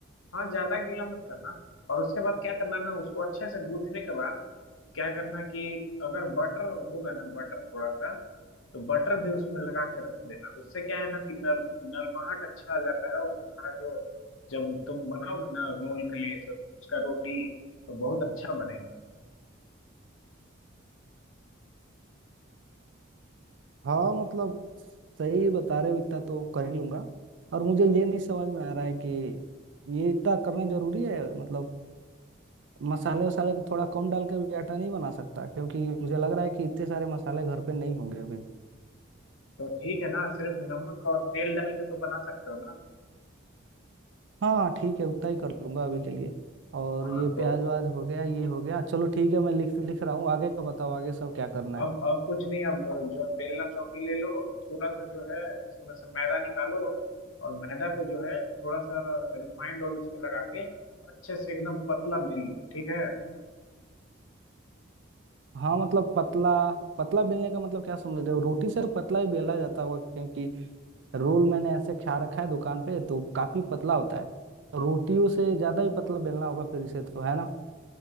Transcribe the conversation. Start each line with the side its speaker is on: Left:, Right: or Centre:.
Left: हाँ ज्यादा गीला मत करना और उसके बाद क्या करना ना उसको अच्छे से गूथने के बाद क्या करना कि अगर बटर होगा ना बटर थोड़ा सा तो बटर भी उसमें लगा के रख देना उससे क्या है ना कि नरम नरमाहट अच्छा आ जाता है और तुम्हारा जो जब तुम बनाओगे ना रोल के लिए जब उसका रोटी तो बहुत अच्छा बनेगा
Right: हाँ मतलब सही बता रहे हो इतना तो कर ही लूंगा और मुझे ये नहीं समझ में आ रहा है कि ये इतना करना जरूरी है मतलब मसाले वसाले को थोड़ा कम डाल के भी आटा नहीं बना सकता क्योंकि मुझे लग रहा है कि इतने सारे मसाले घर पे नहीं होंगे अभी
Left: तो ठीक है ना सिर्फ नमक और तेल डाल के तो बना सकते हो ना
Right: हाँ ठीक है उतना ही कर लूंगा अभी के लिए और
Left: हाँ
Right: ये
Left: तो
Right: प्याज व्याज हो गया ये हो गया चलो ठीक है मैं लिख लिख रहा हूँ आगे का बताओ आगे सब क्या करना
Left: अब
Right: है
Left: अब कुछ नहीं अब जो बेलना चौकी ले लो थोड़ा सा जो है इसमें से मैदा निकालो और मैदा को जो है थोड़ा सा रिफाइंड ऑयल इस पे लगा के अच्छे से एकदम पतला बेल लो ठीक है
Right: हाँ मतलब पतला पतला बेलने का मतलब क्या समझ रहे हो रोटी से तो पतला ही बेला जाता होगा क्योंकि रोल मैंने ऐसे खा रखा है दुकान पे तो काफी पतला होता है तो रोटियों से ज्यादा ही पतला बेलना होगा फिर इसे तो है ना